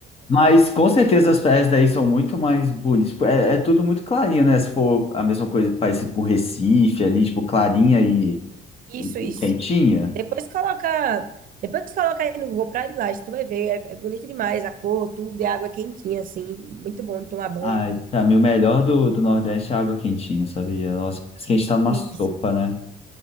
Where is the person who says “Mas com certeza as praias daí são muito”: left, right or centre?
Left